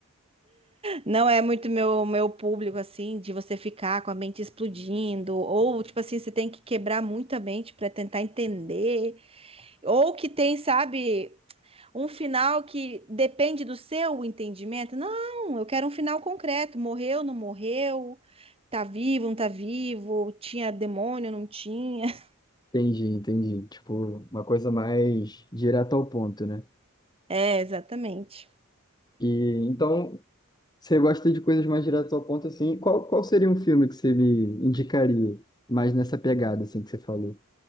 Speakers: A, on the right; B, on the left.
A: Não é muito meu, meu público, assim, de você ficar com a mente explodindo, ou, tipo assim, você tem que quebrar muito a mente para tentar entender, ou que tem, sabe, um final que depende do seu entendimento. Não, eu quero um final concreto: morreu, não morreu, tá vivo, não tá vivo, tinha demônio, não tinha. <laughs>
B: Entendi, entendi. Tipo, uma coisa mais direta ao ponto, né?
A: É, exatamente.
B: E então, você gosta de coisas mais diretas ao ponto, assim. Qual, qual seria um filme que você me indicaria mais nessa pegada, assim, que você falou?